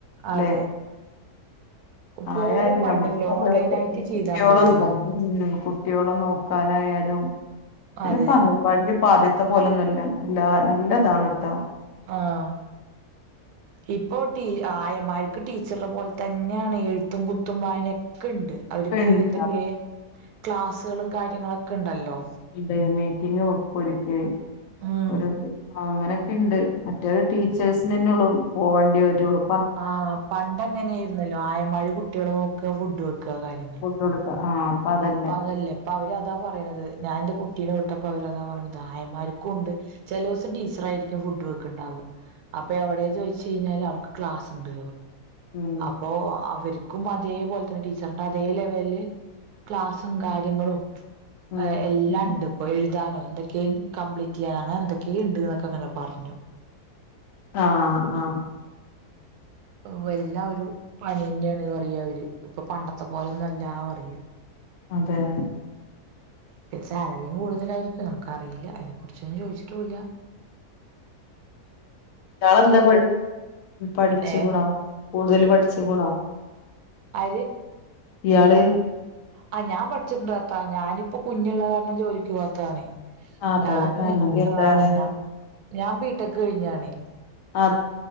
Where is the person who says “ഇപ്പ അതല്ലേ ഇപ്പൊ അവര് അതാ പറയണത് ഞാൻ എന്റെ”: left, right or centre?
Right